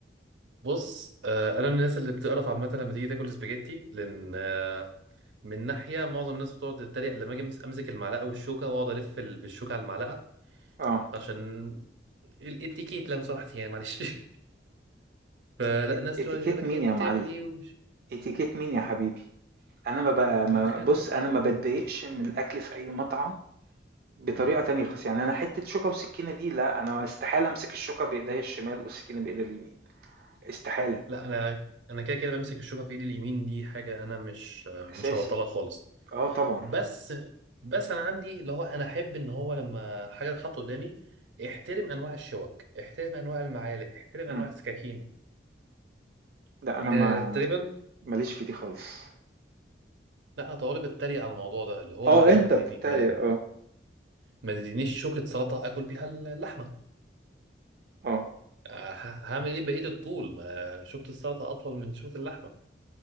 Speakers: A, on the right; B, on the right.
A: بص آه انا من الناس اللي بتقرف عامه لما تيجي تاكل سباجيتي لان آه، من ناحيه معظم الناس بتقعد تتريق لما اجي أمس- امسك المعلقه والشوكه واقعد الف ال- بالشوكه على المعلقه
B: اه
A: عشان الاتيكيت لو سمحت يعني معلش <laughs> فلا
B: إ-
A: الناس
B: اتيكيت
A: تقعد يقول لك
B: مين
A: ايه انت
B: يا
A: بتعمل
B: معلم
A: ايه ومش-
B: اتيكيت مين يا حبيبي انا ما بقى
A: ما
B: ما
A: خالق
B: بص انا ما بتضايقش من الاكل في اي مطعم بطريقة
A: مهم.
B: تانية خالص يعني أنا حتة شوكة وسكينة دي لأ أنا استحالة أمسك الشوكة بإيديا الشمال والسكينة بإيديا اليمين استحالة
A: لا انا انا كده كده بمسك الشوكه في ايدي اليمين دي حاجه انا مش مش
B: أساسي
A: هبطلها خالص
B: آه طبعًا
A: بس بس انا عندي اللي هو انا احب ان هو لما حاجه تتحط قدامي احترم انواع الشوك احترم انواع المعالق احترم انواع
B: إمم،
A: السكاكين
B: لأ أنا
A: يعني
B: ما
A: تقريبا
B: ماليش في دي خالص.
A: لا طالب اتريق على الموضوع ده اللي هو
B: آه
A: معلش
B: أنت
A: ما تديني
B: بتتريق
A: ما تديني-
B: آه،
A: ما تدينيش شوكة سلطة اكل بيها اللحمة
B: آه،
A: آه، ه- هعمل ايه بقية الطول ما شوكة السلطة اطول من شوكة اللحمة